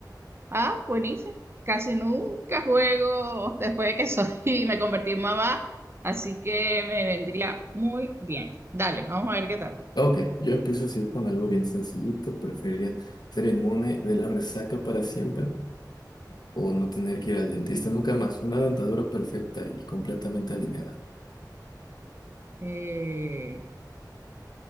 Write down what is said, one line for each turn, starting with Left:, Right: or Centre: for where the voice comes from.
Right: Ah, buenísimo. Casi nunca juego <laughs> después de que soy <laughs> me convertí en mamá, así que me vendría muy bien. Dale, vamos a ver qué tal.
Left: ok, yo empiezo así con algo bien sencillito. Preferiría ser inmune de la resaca para siempre o no tener que ir al dentista nunca más. Una dentadura perfecta y completamente alineada.
Right: Eh,